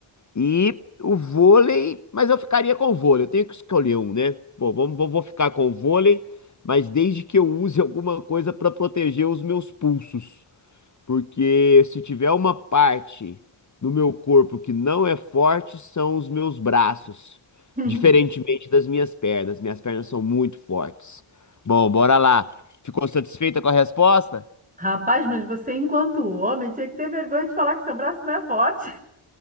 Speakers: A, on the left; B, on the right.
A: E o vôlei, mas eu ficaria com o vôlei, eu tenho que escolher um, né? Bom, vamos, vou vou ficar com o vôlei, mas desde que eu use alguma coisa para proteger os meus pulsos. Porque se tiver uma parte no meu corpo que não é forte, são os meus braços.
B: <laughs>
A: Diferentemente das minhas pernas. Minhas pernas são muito fortes. Bom, bora lá. Ficou satisfeita com a resposta?
B: Rapaz, mas você, enquanto homem, tinha que ter vergonha de falar que seu braço não é forte.